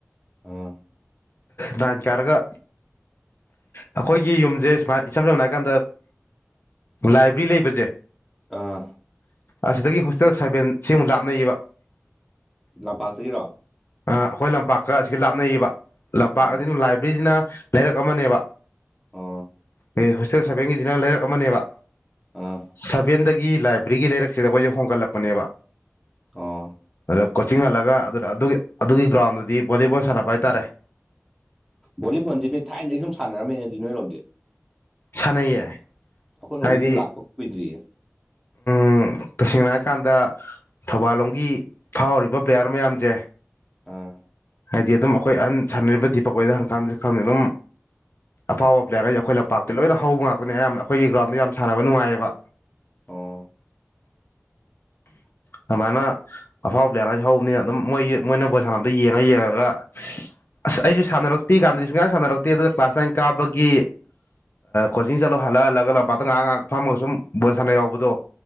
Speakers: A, in the centre; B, on the left.
A: ꯑꯥ
B: ꯅꯌ꯭ꯥꯟ ꯀꯔꯒꯥ ꯑꯩꯈꯣꯏꯒꯤ ꯌꯨꯝꯁꯦ ꯁꯨꯃꯥꯏ ꯏꯁꯝ ꯁꯝꯅ ꯍꯥꯏꯀꯥꯟꯗ ꯂꯥꯏꯕ꯭ꯦꯔꯤ ꯂꯩꯕꯁꯦ
A: ꯑꯥ
B: ꯑꯁꯤꯗꯒꯤ ꯍꯣꯁꯇꯦꯜ ꯁꯥꯕꯦꯟ ꯁꯦꯝꯃꯨꯛ ꯂꯥꯞꯅꯩꯌꯦꯕ
A: ꯂ ꯄꯊꯔꯣ
B: ꯑꯩꯈꯣꯏ ꯂꯝꯄꯥꯛꯀ ꯑꯁꯤꯒ ꯂꯥꯞꯅꯩꯌꯦꯕ ꯂꯝꯄꯥꯛ
A: ꯑꯥ
B: ꯑꯁꯤꯅ ꯂꯥꯏꯕ꯭ꯔꯦꯔꯤꯁꯤꯅ ꯂꯩꯔꯛ ꯑꯃꯅꯦꯕ
A: ꯑꯣ
B: ꯍꯦ ꯍꯣꯁꯇꯦꯜ ꯁꯚꯦꯟꯒꯤꯁꯤꯅ ꯂꯩꯔꯛ ꯑꯃꯅꯦꯕ
A: ꯑꯥ
B: ꯁꯚꯦꯟꯗ ꯒꯤ ꯂꯥꯏꯕ꯭ꯔꯦꯔꯤꯒꯤ ꯂꯩꯔꯛꯁꯤꯗ ꯑꯩꯈꯣꯏꯁꯦ ꯍꯣꯡꯒꯠꯂꯛꯄꯅꯦꯕ
A: ꯑꯣ
B: ꯑꯗ ꯀꯣꯆꯤꯡ ꯍꯜꯂꯒ ꯑꯗꯨꯅ ꯑꯗꯨꯒꯤ ꯑꯗꯨꯒꯤ ꯒ꯭ꯔꯥꯎꯟꯗꯨꯗꯤ ꯚꯣꯂꯤꯕꯣꯜ ꯁꯥꯟꯅꯕ ꯍꯥꯏꯇꯥꯔꯦ
A: ꯚꯣꯂꯤꯕꯣꯜꯗꯤ ꯅꯣꯏ ꯊꯥꯏꯅꯗꯒꯤ ꯁꯨꯝ ꯁꯥꯟꯅꯔꯝꯃꯦꯅ ꯑꯗꯨꯗꯤ ꯅꯣꯏꯔꯣꯝꯗꯤ
B: ꯁꯥꯟꯅꯩꯌꯦ
A: ꯑꯩꯈꯣꯏ ꯔꯣꯝꯒꯤꯗꯤ
B: ꯍꯥꯏꯗꯤ
A: ꯂꯥꯛꯄ ꯀꯨꯏꯗ꯭ꯔꯤꯌꯦ
B: ꯎꯝ ꯇꯁꯦꯡꯅ ꯍꯥꯏꯔꯀꯥꯟꯗ ꯊꯧꯕꯥꯜꯂꯣꯝꯒꯤ ꯐꯥꯎꯔꯤꯕ ꯄ꯭ꯂꯦꯌꯥꯔ ꯃꯌꯥꯝꯖꯦ
A: ꯑꯥ
B: ꯍꯥꯏꯗꯤ ꯑꯗꯨꯝ ꯑꯩꯈꯣꯏ ꯑꯍꯟ ꯁꯥꯟꯅꯔꯤꯕ ꯗꯤꯄꯛ ꯍꯣꯏꯗ ꯍꯪꯀꯥꯟꯗꯁꯨ ꯈꯪꯅꯤ ꯑꯗꯨꯝ ꯑꯐꯥꯎꯕ ꯄ꯭ꯂꯦꯌꯥꯔꯒꯩꯗꯤ ꯑꯩꯈꯣꯏ ꯂꯝꯄꯥꯛꯇꯩ ꯂꯣꯏꯅ ꯍꯧꯕ ꯉꯥꯛꯇꯅꯦ ꯑꯌꯥꯝꯕꯅ ꯑꯩꯈꯣꯏꯒꯤ ꯒ꯭ꯔꯥꯎꯟꯗ ꯌꯥꯝ ꯁꯥꯟꯅꯕ ꯅꯨꯡꯉꯥꯏꯌꯦꯕ
A: ꯑꯣ <inaudible>
B: ꯑꯗꯨꯃꯥꯏꯅ ꯑꯐꯥꯎꯕ ꯄ꯭ꯂꯦꯌꯥꯔꯉꯩꯁꯦ ꯍꯧꯕꯅꯤꯅ ꯑꯗꯨꯝ ꯃꯣꯏꯒꯤ ꯃꯣꯏꯅ ꯕꯣꯜ ꯁꯥꯟꯅꯕꯗꯣ ꯌꯦꯡꯉ ꯌꯦꯡꯉꯒ ꯑꯁ ꯑꯩꯁꯖꯨ ꯁꯥꯟꯅꯔꯛ ꯄꯤꯛꯏ ꯀꯥꯟꯗꯗꯤ ꯁꯨꯡꯁꯥꯟ ꯁꯥꯟꯅꯔꯛꯇꯦ ꯑꯗꯨꯒ ꯀ꯭ꯂꯥꯁ ꯅꯥꯏꯟ ꯀꯥꯕꯒꯤ ꯀꯣꯆꯤꯡ ꯆꯠꯂꯣ ꯍꯜ ꯂꯛ ꯍꯜꯂꯒ ꯂꯝꯄꯥꯛꯇ ꯉꯥꯏꯍꯥꯛ-ꯉꯥꯏꯍꯥꯛ ꯐꯝꯃꯒ ꯁꯨꯝ ꯕꯣꯜ ꯁꯥꯟꯅ ꯌꯥꯎꯕꯗꯣ